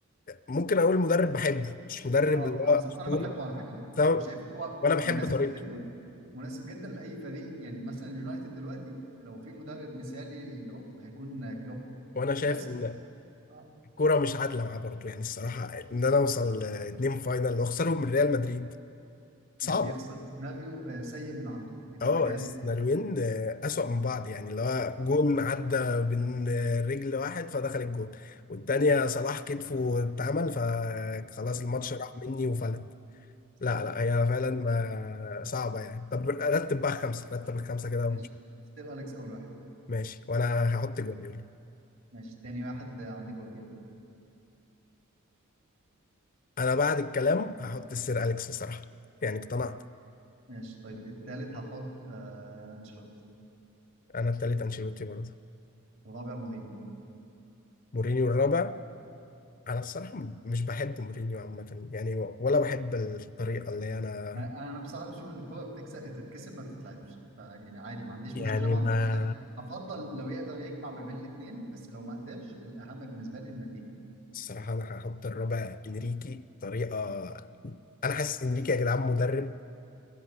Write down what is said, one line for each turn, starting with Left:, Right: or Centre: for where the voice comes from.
Left: ممكن اقول مدرب بحبه مش مدرب
Right: اه
Left: اللي
Right: انا
Left: هو
Right: بالظبط
Left: اسطوري
Right: انا بحبه على فكره
Left: بس
Right: وشايف
Left: أنا-
Right: ان هو
Left: وانا
Right: مناسب
Left: بحب طريقته
Right: جدا مناسب جدا لاي فريق يعني مثلا اليونايتد دلوقتي لو في مدرب مثالي له هيكون كلوب
Left: وانا شايف
Right: بس
Left: ان
Right: آه،
Left: كوره مش عادله معاه برضه يعني الصراحه ان انا اوصل اتنين فاينل واخسرهم من ريال مدريد صعبه
Right: وبيخسر سيناريو آه، سيء من عنده إد-
Left: اه
Right: اداري
Left: السيناريوهين
Right: مش
Left: آه، اسوأ من بعض يعني اللي هو
Right: صحي
Left: جون عدى من آه، رجل واحد فدخل الجون والتانية
Right: واخطاء
Left: صلاح كتفه اتعمل فخلاص الماتش
Right: كتير.
Left: راح مني وفلت
Right: صحيح
Left: لا لا هي فعلا ما صعبة يعني طب رتب بقى خمسة رتب الخمسة كده ونشوف
Right: ماشي ستيل اليكس اول واحد
Left: ماشي وانا هحط جوارديولا
Right: ماشي تاني واحد آه، عندي جوارديولا
Left: انا بعد الكلام هحط السير اليكس الصراحة يعني اقتنعت
Right: ماشي طيب التالت هحط آه انشيلوتي
Left: انا التالت انشيلوتي برضه
Right: الرابع مورينيو
Left: مورينيو الرابع انا الصراحه مش بحب مورينيو عامه يعني ولا بحب الطريقه اللي انا
Right: انا بصراحه بشوف ان الكوره بتكسب تتكسب ما بتتلعبش فيعني عادي ما عنديش
Left: يعني
Right: مشكله مع
Left: ما
Right: الطريقه افضل لو يقدر يجمع ما بين الاثنين بس لو ما قدرش الاهم بالنسبه لي النتيجه
Left: الصراحه انا هحط الرابع انريكي طريقه انا حاسس انريكي يا جدعان مدرب